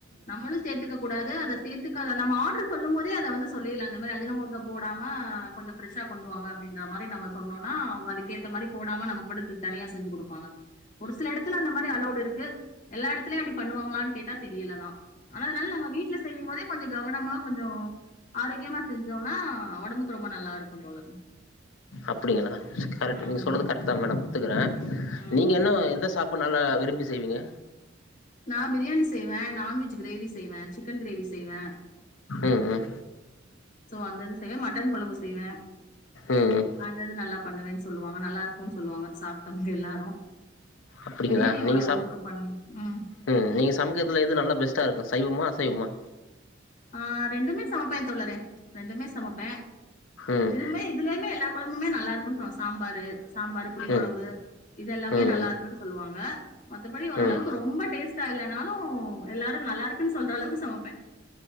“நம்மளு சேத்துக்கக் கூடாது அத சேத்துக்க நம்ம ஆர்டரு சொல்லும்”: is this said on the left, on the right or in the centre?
Left